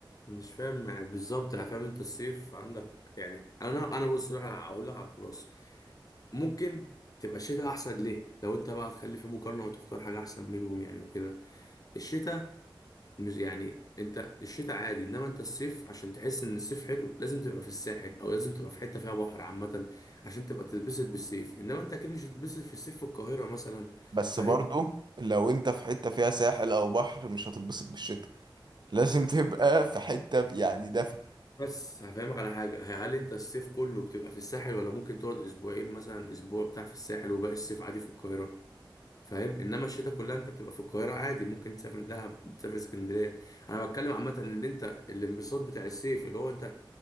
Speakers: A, on the left; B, on the right.
A: مش فاهم يعني بالظبط يعني فاهم أنت الصيف عندك يعني أنا أنا بص لك على- هقول لك على الخلاصة ممكن تبقى الشتاء أحسن ليه؟ لو أنت بقى هتخلي في مقارنة وتختار حاجة أحسن منهم يعني وكده الشتاء مش يعني انت الشتاء عادي انما انت الصيف عشان تحس ان الصيف حلو لازم تبقى في الساحل او لازم تبقى في حته فيها بحر عامه عشان تبقى تتبسط بالصيف انما انت اكيد مش هتتبسط في الصيف في القاهره مثلا
B: بس
A: فاهم
B: برضو لو انت في حتة فيها ساحل او بحر مش هتتبسط بالشتاء لازم تبقى في حتة ب- يعني دفا
A: بس هفهمك على حاجه ه- هل انت الصيف كله بتبقى في الساحل ولا ممكن تقعد اسبوعين مثلا اسبوع بتاع في الساحل وباقي الصيف عادي في القاهره فاهم انما الشتاء كلها انت بتبقى في القاهره عادي ممكن تسافر دهب تسافر اسكندريه انا بتكلم عامه ان انت الانبساط بتاع الصيف اللي هو انت